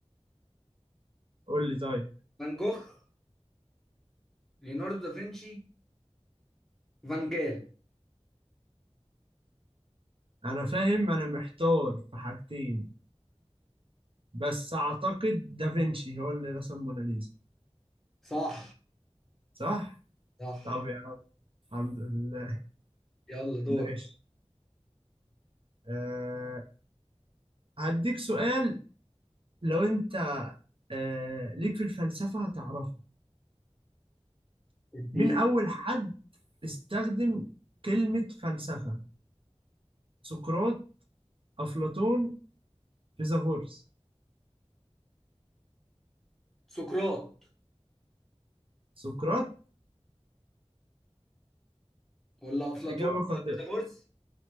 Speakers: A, on the right; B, in the centre.
A: قول لي طيب
B: فان جوخ ليوناردو دافنشي فان جال
A: أنا فاهم أنا محتار في حاجتين بس أعتقد دافنشي هو اللي رسم موناليزا
B: صح
A: صح؟
B: صح
A: طب يا الحمد لله
B: يلا دورك
A: ماشي أه هديك سؤال لو انت أه ليك في الفلسفة هتعرفه
B: اديني
A: مين أول حد استخدم كلمة فلسفة سقراط أفلاطون فيثاغورس
B: سقراط
A: سقراط
B: ولا افلاطون
A: إجابة خاطئة
B: ولا فيثاغورس